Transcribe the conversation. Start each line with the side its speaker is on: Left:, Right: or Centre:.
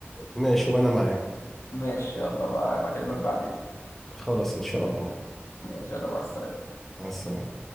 Centre: ماشي وانا معاك
Left: ماشي يلا بقى بكلمك بعدين
Centre: خلاص ان شاء الله
Left: ماشي يلا مع السلامة
Centre: مع السلامة